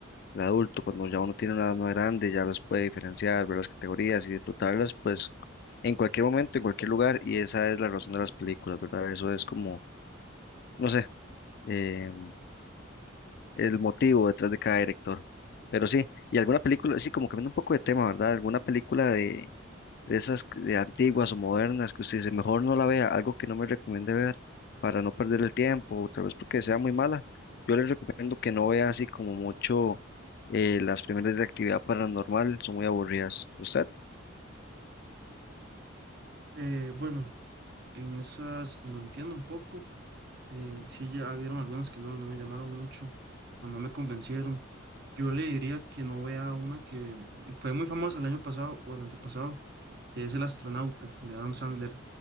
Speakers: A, on the left; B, on the right.
A: de adulto, cuando ya uno tiene una edad más grande, ya los puede diferenciar, ver las categorías y disfrutarlas, pues en cualquier momento, en cualquier lugar, y esa es la razón de las películas, ¿verdad? Eso es como, no sé, eh, el motivo detrás de cada director. Pero sí, y alguna película, sí, como cambiando un poco de tema, ¿verdad? Alguna película de, de esas que- de antiguas o modernas que usted dice, mejor no la vea, algo que no me recomiende ver para no perder el tiempo, o tal vez porque sea muy mala. Yo les recomiendo que no vea así como mucho eh, las primeras de actividad paranormal, son muy aburridas. ¿Usted?
B: Eh, bueno, en esas lo entiendo un poco. Eh, sí, ya vieron algunas que no, no me llamaron mucho o no me convencieron. Yo le diría que no vea una que fue muy famosa el año pasado o el antepasado, que es El astronauta de Adam Sandler.